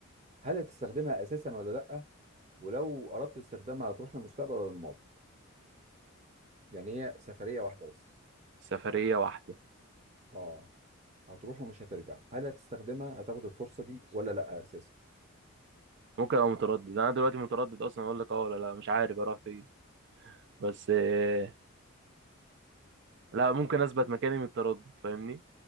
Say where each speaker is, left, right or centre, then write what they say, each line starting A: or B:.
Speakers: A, on the right (about 30°); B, on the right (about 55°).
A: هل هتستخدمها اساسا ولا لا ولو اردت استخدامها هتروح للمستقبل ولا للماضي يعني هي سفرية واحدة بس
B: سفرية واحدة
A: اه هتروح ومش هترجع هل هتستخدمها هتاخد الفرصة دي ولا لا اساسا
B: ممكن ابقى متردد انا دلوقتي متردد اصلا اقول لك اه ولا لا مش عارف اروح فين بس آه، لا ممكن اثبت مكاني من التردد فاهمني